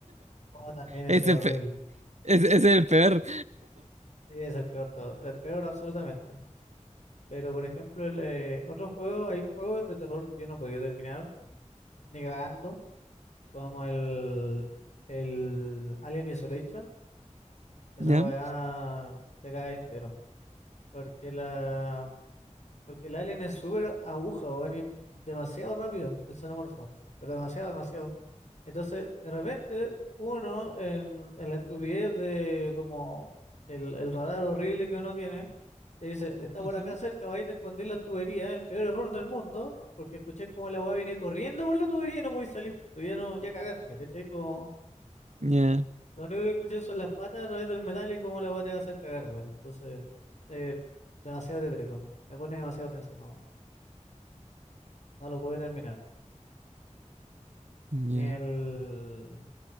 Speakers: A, on the left; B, on the right.
A: como también es
B: Ese,
A: horrible.
B: pe- ese, ese es el peor.
A: Sí, es el peor todo, el peor absolutamente. Pero por ejemplo, el, eh, otro juego, hay juegos de terror que yo no podía terminar, ni cagando, como el, el Alien Isolation, esa
B: ¿Ya?
A: weá te cae entero. Porque la porque el alien es súper aguja, weón, y demasiado rápido, el xenomorfo. Pero demasiado, demasiado. Entonces, de repente, uno en, en la estupidez de como el, el radar horrible que uno tiene, te dice, está
B: Ujú.
A: por acá cerca, va a te escondí la tubería, el peor error del mundo, porque escuché como la weá viene corriendo por la tubería y no podéis salir, tú ya no, ya cagaste, ¿cachai? Como,
B: Ya,
A: lo único que escuché son las patas a través del metal y cómo la weá te va a hacer cagar, weón. Entonces, eh, demasiado tétrico, me pone demasiado tenso, no, no lo pude terminar.
B: ya.
A: Ni el,